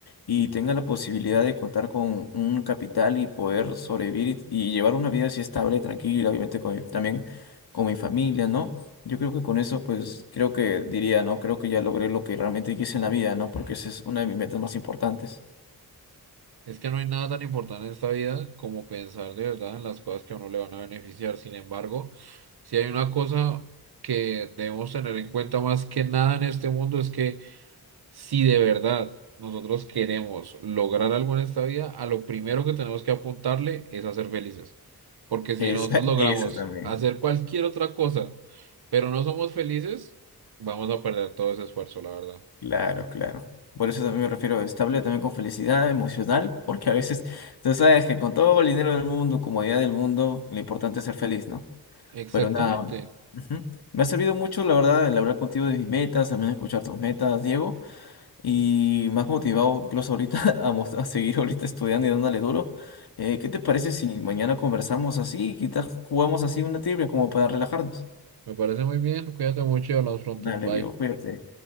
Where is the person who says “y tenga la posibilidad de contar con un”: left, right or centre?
Left